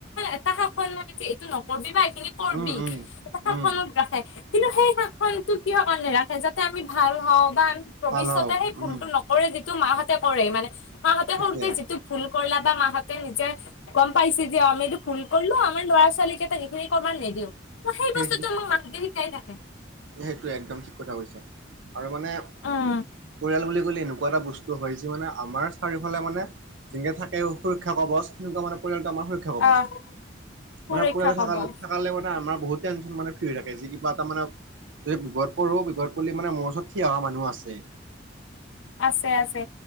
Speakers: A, on the left; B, on the right.
A: এটা সাখন মানে এইটো নকবি বা এইখিনি কৰবি,
B: উম উম
A: এটা শাসনত
B: উম
A: ৰাখে। কিন্তু সেই শাসনটো কিহৰ কাৰনে ৰাখে যাতে আমি ভাল হওঁ বা ভৱিষ্যতে
B: ভাল হওক
A: সেই ভুলটো
B: উম
A: নকৰে যিটো মাহঁতে কৰেই মানে মাহঁতে
B: সেইটোৱে
A: সৰুতে যিটো ভুল কৰলা বা মাহঁতে নিজে গম পাইছে যে আমি এইটো ভুল কৰিলো আমাৰ ল'ৰা- ছোৱালীকেই সখিনি কৰাৰ নিদিও। ত
B: সেই
A: বস্তুটো আমাক মাহঁতে শিকাই থাকে
B: -সেইটোৱে একদম ঠিক কথা কৈছা। আৰু মানে
A: উম
B: পৰিয়াল বুলি এনেকুৱা এটা বস্তু হয় যি মানে আমাৰ চাৰিওফালে মানে যেনেকে থাকে সুৰক্ষা কবচ তেনেকুৱা মানে পৰিয়াল আমাৰ সুৰক্ষা কবচ,
A: আহ সুৰক্ষা
B: মানে পৰিয়াল
A: কৱচ
B: থাকালে মানে আমাৰ বহুত টেনচন মানে ফ্ৰী থাকে যি কিবা এটা মানে যদি বিপদ পৰো বিপদ কলি মানে মোৰ ওচৰত থ অহা মানুহ আছে।
A: আছে আছে